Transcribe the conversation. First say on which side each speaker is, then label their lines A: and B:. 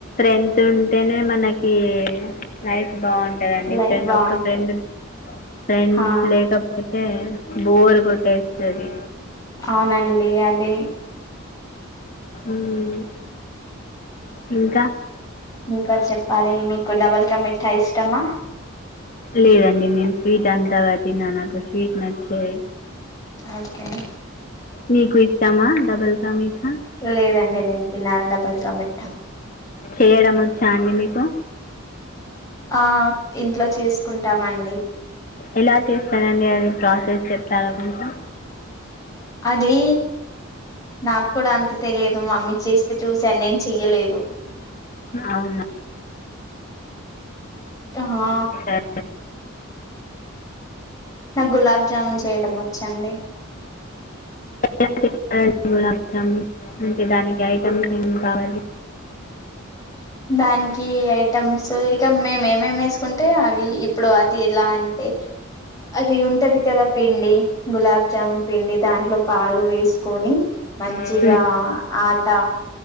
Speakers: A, on the left; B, on the left.
A: టెన్స్ ఉంటేనే మనకి లైఫ్ బాగుంటందండి
B: లైఫ్
A: ఫ్రెండ్
B: బాగుంటది
A: ఒక్క ఫ్రెండ్ ఫ్రెండ్స్
B: హా
A: లేకపోతే బోర్ గిట్టేస్తది
B: అవునండి అది
A: మ్మ్ ఇంకా
B: ఇంకా చెప్పాలి మీకు డబల్ కా మిఠా ఇష్టమా
A: లేదండి నేను స్వీట్ అంతగా తిన నాకు స్వీట్ నచ్చదు
B: ఓకే
A: నీకు ఇష్టామా డబల్కా మీఠా
B: లేదండి నేను నిన్న తిన్నాను డబల్ కా మిఠా
A: చేయడం వచ్చా అండి మీకు
B: ఆ ఇంట్లో చేసుకుంటామండి
A: ఎలా చేస్తారండి అది ప్రాసెస్ చెప్తారా కొంచెం
B: అదీ నాకు కూడా అంత తెలియదు మమ్మీ చేస్తే చూసాను నేను చెయ్యలేదు
A: అవునా
B: హా
A: సరే
B: నాకు గులాబ్ జామున్ చేయడం వచ్చండి
A: ఎలా చేస్తారండి గులాబ్ జామున్ అంటే దానికి ఐటమ్స్ ఏమి కావాలి
B: దానికి ఐటమ్స్ ఇక మేము ఏమేమి వేసుకుంటే అవి ఇప్పుడు అది ఎలా అంటే అది ఉంటది కదా పిండి గులాబ్ జామున్ పిండి దాంట్లో పాలు వేసుకొని మంచిగా
A: మ్మ్.
B: ఆట